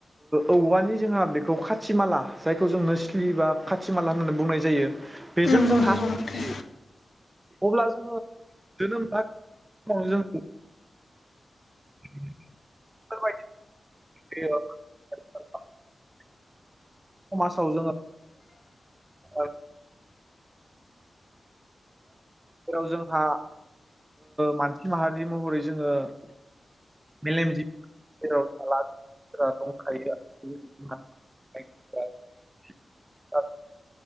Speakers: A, on the right; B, on the left.
A: औवानि जोंहा बेखौ खाथि माला जायखौ जों नोस्लि बा खाथि माला होननानै बुंनाय जायो। बेजों
B: नंगौ
A: जों
B: नंगौ
A: हासनाय
B: नोंथां
A: जायो। अब्ला जोङो जोनोम <inaudible> <inaudible> समाजाव जोङो। औ। जेराव जोंहा मानसि माहारि महरै जोङो। मेलेम जिबि जेराव <inaudible> दंखायो <inaudible> औ।